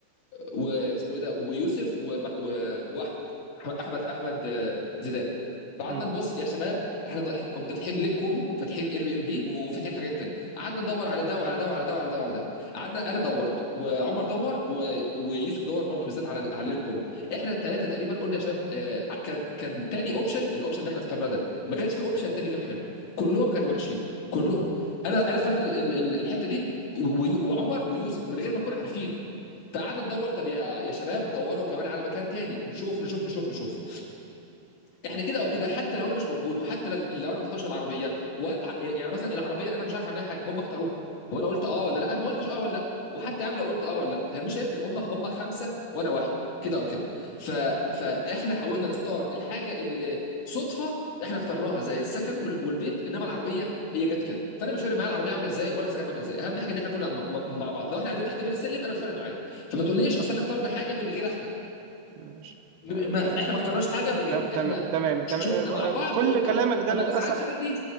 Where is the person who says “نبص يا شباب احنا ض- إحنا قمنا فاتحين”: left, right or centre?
Left